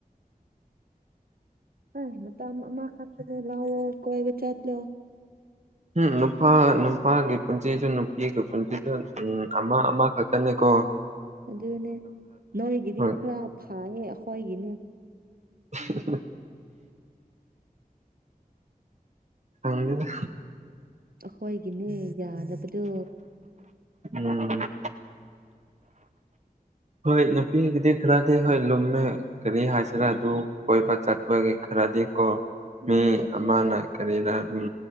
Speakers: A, on the right; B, on the right.
A: ꯍꯩ ꯃꯇꯝ ꯑꯃꯈꯛꯇꯗ ꯂꯧꯑꯣ ꯀꯣꯏꯕ ꯆꯠꯂꯣ꯫
B: ꯎꯝ ꯅꯨꯄꯥ ꯅꯨꯄꯥꯒꯤ ꯄꯨꯟꯁꯤꯁꯨ ꯅꯨꯄꯤꯒꯤ ꯄꯨꯟꯁꯤꯁꯨ ꯎꯝ ꯑꯃ ꯑꯃ ꯈꯛꯇꯅꯤꯀꯣ꯫
A: ꯑꯗꯨꯅꯦ ꯅꯣꯏꯒꯤꯗꯤ
B: ꯍꯣꯏ
A: ꯈꯔ ꯐꯥꯏꯌꯦ ꯑꯈꯣꯏꯒꯤꯅꯦ
B: <unintelligible> ꯈꯪꯗꯦꯗ
A: ꯑꯈꯣꯏꯒꯤꯅꯦ ꯌꯥꯗꯕꯗꯣ
B: ꯎꯝ ꯍꯣꯏ ꯅꯨꯄꯤꯒꯤꯗꯤ ꯈꯔꯗꯤ ꯍꯣꯏ ꯂꯨꯝꯃꯦ ꯀꯔꯤ ꯍꯥꯏꯁꯤꯔ ꯑꯗꯨ ꯀꯣꯏꯕ ꯆꯠꯄꯒꯤ ꯈꯔꯗꯤ ꯀꯣ
A: ꯎꯝ
B: ꯃꯤ ꯑꯃꯅ ꯀꯔꯤꯗ ꯑꯗꯨꯝ